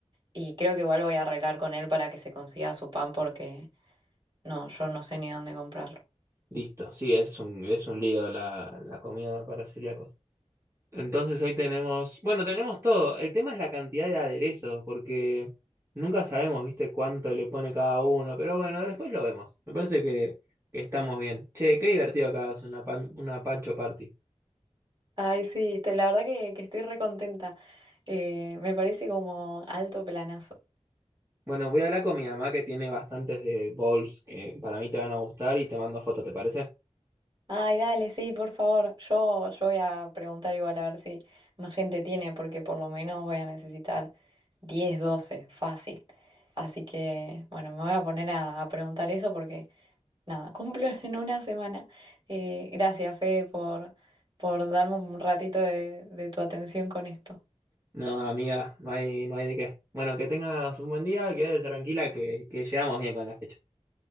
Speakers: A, on the right (about 40°); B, on the right (about 20°).
A: Y creo que igual voy a arreglar con él para que se consiga su pan porque no, yo no sé ni dónde comprarlo.
B: listo. Sí, es un, es un lío la, la comida para celíacos. Entonces hoy tenemos, bueno, tenemos todo. El tema es la cantidad de aderezos, porque nunca sabemos, viste, cuánto le pone cada uno, pero bueno, después lo vemos. Me parece que, que estamos bien. Che, qué divertido que hagas una, pan- una pancho party.
A: Ay, sí, te- la verdad que, que estoy recontenta. me parece como alto planazo.
B: Bueno, voy a hablar con mi mamá que tiene bastantes de bowls que para mí te van a gustar y te mando foto, ¿te parece?
A: Ay, dale, sí, por favor. Yo, yo voy a preguntar igual a ver si más gente tiene, porque por lo menos voy a necesitar 10, 12, fácil. Así que, bueno, me voy a poner a, a preguntar eso porque, nada, cumplo <laughs> en una semana. Eh, gracias, Fede, por, por darme un ratito de de tu atención con esto.
B: No, amiga, no hay, no hay de qué. Bueno, que tengas un buen día, quédate tranquila que, que llegamos bien con la fecha.